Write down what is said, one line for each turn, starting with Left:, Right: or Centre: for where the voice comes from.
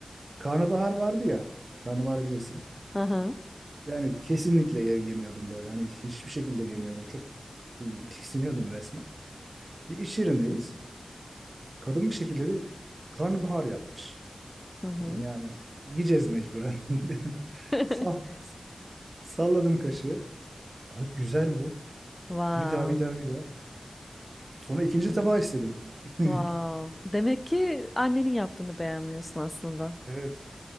Right: karnabahar vardı ya. Karnabahar bilirsin.
Left: Hı hı.
Right: Yani kesinlikle ye- yemiyordum böyle. Hani hiçbir şekilde yemiyordum. Çok e, tiksiniyordum resmen. Bir iş yerindeyiz. Kadın bir şekilde bir karnabahar yapmış.
Left: Hı hı.
Right: Dedim yani yiyeceğiz mecburen <laughs> dedim.
Left: <laughs>
Right: Sal, salladım kaşığı. "Ay, güzel bu.
Left: Wow.
Right: Bir daha bir daha bir daha. Sonra ikinci tabağı istedim. <laughs>
Left: Wow. Demek ki annenin yaptığını beğenmiyorsun aslında.
Right: Evet.